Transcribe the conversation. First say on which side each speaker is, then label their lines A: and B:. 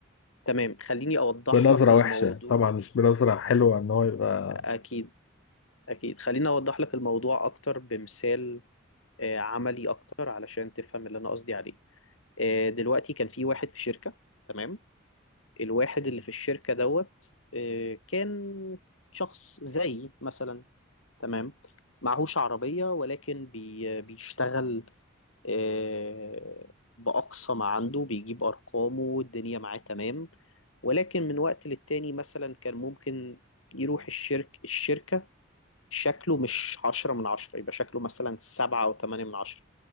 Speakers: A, on the left; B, on the left.
A: تمام خليني اوضح
B: بنظرة
A: لك الموضوع
B: وحشة طبعا مش بنظرة حلوة ان هو يبقى
A: اكيد اكيد خليني اوضح لك الموضوع اكتر بمثال آه، عملي اكتر علشان تفهم اللي انا قصدي عليه آه، دلوقتي كان في واحد في شركة تمام الواحد اللي في الشركة دوت آه، كان شخص زي مثلا تمام معهوش عربية ولكن بي بيشتغل آه، بأقصى ما عنده بيجيب أرقامه والدنيا معاه تمام ولكن من وقت للتاني مثلا كان ممكن يروح الشرك الشركة شكله مش عشرة من عشرة يبقى شكله مثلا سبعة أو تمانية من عشرة